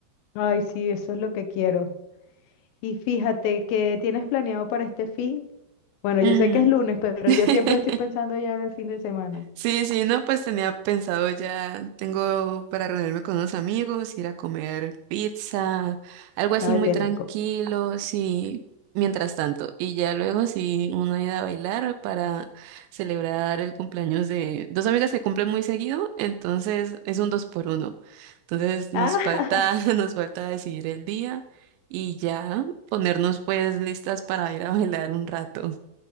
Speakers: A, on the left (about 80°); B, on the right (about 85°).
A: Ay, sí, eso es lo que quiero. Y fíjate, ¿qué tienes planeado para este fin? Bueno,
B: Mm.
A: yo sé que es lunes, pero
B: <laughs>
A: yo siempre estoy pensando ya en el fin de semana.
B: Sí, sí, no, pues tenía pensado ya, tengo para reunirme con unos amigos, ir a comer pizza, algo así
A: Ay,
B: muy
A: qué
B: tranquilo,
A: rico.
B: sí, mientras tanto. Y ya luego sí, una ida a bailar para celebrar el cumpleaños de dos amigas que cumplen muy seguido, entonces es un dos por uno. Entonces nos
A: Ah,
B: falta, <laughs> nos falta decidir el día y ya ponernos pues listas para ir a bailar un rato.